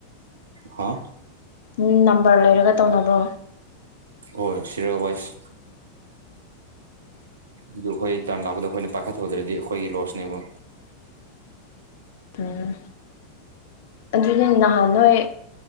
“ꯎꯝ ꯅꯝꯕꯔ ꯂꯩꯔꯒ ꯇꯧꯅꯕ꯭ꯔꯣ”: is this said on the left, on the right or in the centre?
Left